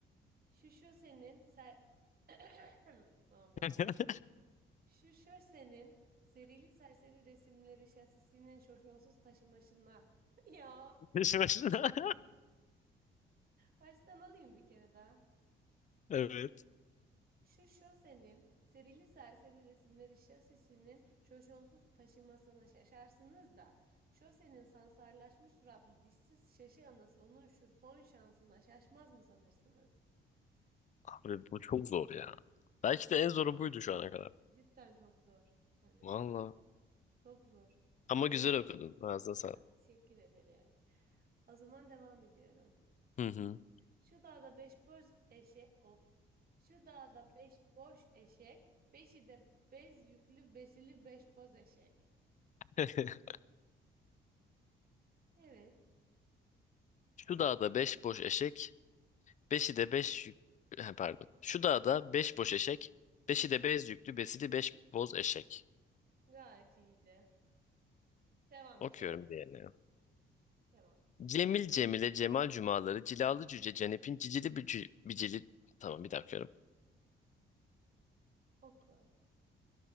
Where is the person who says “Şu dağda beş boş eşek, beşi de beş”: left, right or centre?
Left